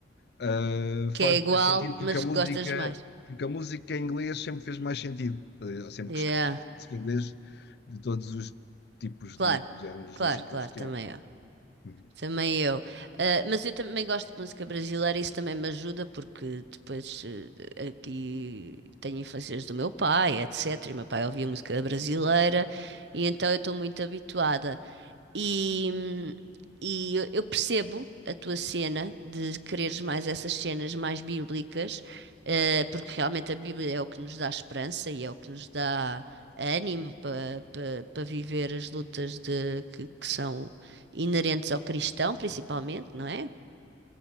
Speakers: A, on the left; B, on the right.
A: Uh, faz
B: que é igual,
A: mais sentido porque
B: mas
A: a música,
B: gostas mais.
A: porque a música em inglês sempre fez mais sentido. Eu sempre
B: Yeah,
A: gostei mais de música em inglês de todos os tipos
B: claro,
A: de géneros
B: claro,
A: musicais
B: claro,
A: que
B: também.
A: há. Uhum.
B: Também eu. Ah, mas eu também gosto de música brasileira, isso também me ajuda, porque depois eh, aqui tenho influências do meu pai, etc. E meu pai ouvia música brasileira, e então eu estou muito habituada. E, e eu eu percebo a tua cena de quereres mais essas cenas mais bíblicas, eh, porque realmente a Bíblia é o que nos dá esperança e é o que nos dá ânimo para viver as lutas de, que, que são inerentes ao cristão, principalmente, não é?